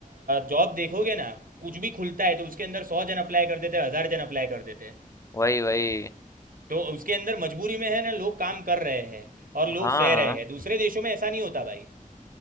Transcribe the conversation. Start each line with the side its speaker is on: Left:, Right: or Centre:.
Right: जॉब देखोगे ना कुछ भी खुलता है तो उसके अंदर सौ जन अप्लाई कर देते हैं हज़ार जन अप्लाई कर देते हैं
Left: वही वही
Right: तो उसके अंदर मजबूरी में है ना लोग काम कर रहे हैं और लोग
Left: हाँ
Right: सह रहे हैं दूसरे देशों में ऐसा नहीं होता भाई